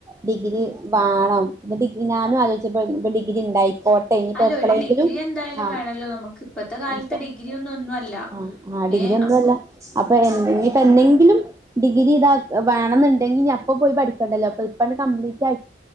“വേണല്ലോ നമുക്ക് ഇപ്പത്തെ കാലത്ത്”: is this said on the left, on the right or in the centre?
Centre